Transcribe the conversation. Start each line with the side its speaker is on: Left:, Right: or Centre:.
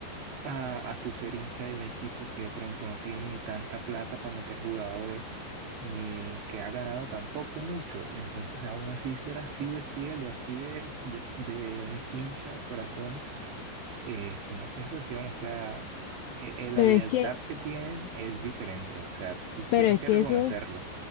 Right: a, a tu ser hincha de un equipo que de pronto no tiene ni tanta plata para meter jugadores, ni que ha ganado tampoco mucho, y entonces aún así ser así de fiel y así de, de, de hin- hincha de corazón es una sensación, o sea, e- e- la
Left: Pero
Right: lealtad
Left: es que,
Right: que tienen es diferente, o sea, tú
Left: pero
Right: tienes
Left: es
Right: que
Left: que
Right: reconocerlo,
Left: esos